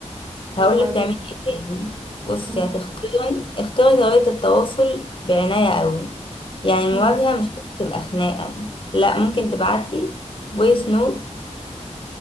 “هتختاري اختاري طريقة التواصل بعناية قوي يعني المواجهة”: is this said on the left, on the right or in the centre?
Left